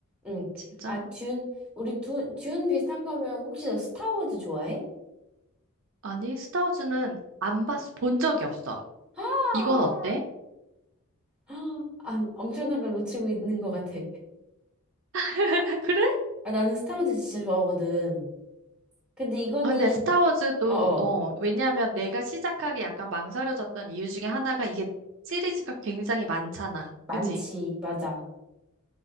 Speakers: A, in the centre; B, on the right.
A: 응.
B: 진짜?
A: 아, 듄, 우리 두, 듄 비슷한 거면 혹시 너 스타워즈 좋아해?
B: 아니, 스타워즈는 안 봤, 본 적이 없어.
A: 아,
B: 이건 어때?
A: 아, 아, 엄청난 걸 놓치고 있는 것 같아.
B: <laughs> 그래?
A: 아, 나는 스타워즈 진짜 좋아하거든. 근데 이거는,
B: 근데 스타워즈도,
A: 어, 어,
B: 어, 왜냐면 내가 시작하기 약간 망설여졌던 이유 중에 하나가 이게 시리즈가 굉장히 많잖아.
A: 많지,
B: 그지?
A: 맞아.